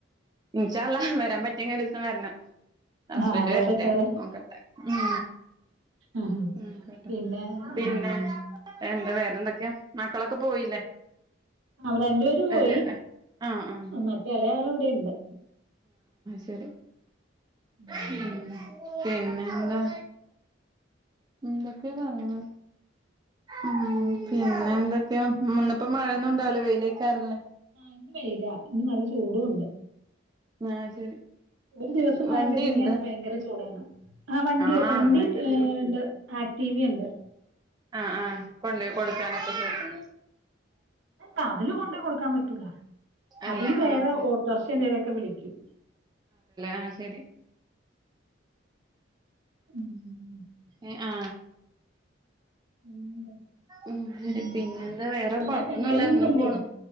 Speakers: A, on the right; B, on the right.
A: നിച്ചല്ല വരാൻ പറ്റിയങ്കി ഒരു ദിവസം വരണം ഹസ്ബന്ഡ്
B: ആഹ് പോരെ
A: വരട്ടെ
B: പോരെ
A: നോക്കട്ടെ മൂ
B: ആഹ്
A: ഉ കേട്ടോ
B: പിന്നെ
A: പിന്നെ
B: ആഹ്
A: എന്താ വേറെന്തൊക്കെയ മക്കളൊക്കെ പോയില്ലേ
B: അവര് രണ്ടുപേരു പോയി
A: വല്യ ആഹ് ആഹ്
B: മറ്റേ ഇളയാള് ഇവിടെണ്ട്
A: വരും
B: ഉം
A: മൂ പിന്നെന്താ എന്തൊക്കെ പറേണെ ഉ പിന്നെ എന്തൊക്കെയ ഇന്നിപ്പോ മഴയൊന്നും ഉണ്ടാവല വെയിലേക്കാറല്ലേ
B: ആ ഇന്ന് വെയില ഇന്ന് നല്ല ചൂട ഉണ്ട്
A: ആ ശരി
B: ഒരു ദിവസം മഴ
A: വണ്ടിയുണ്ട്
B: പെയ്തിങ്ങ അന്ന് ഭയങ്കര ചൂടാണ് ആ വണ്ടി
A: ആഹ്
B: വണ്ടി
A: ഭയങ്കര
B: ഏണ്ട്
A: ചൂ
B: ആക്ടിവ ഉണ്ട്
A: ആ ആ കൊണ്ടയി കൊടുക്കാനൊക്കെ സൂപ്പെറാ
B: ആ അതില് കൊണ്ട കൊടുക്കാൻ പറ്റൂല
A: അല്ല
B: അതിന് വേറെ
A: ആഹ് ശരി
B: ഓട്ടോർശാ എന്തേലൊക്കെ വിളിക്കും
A: ആ ശരി
B: ഉം
A: ഏ ആ
B: പിന്നെന്താ
A: ഉ ശരി
B: ഉം
A: പിന്നെന്താ വേറെ കുഴൊപ്പോന്നുല്ല
B: നാളെ കല്യാണം
A: അങ്ങനെ
B: ഒന്നുല്ലേ
A: പോണു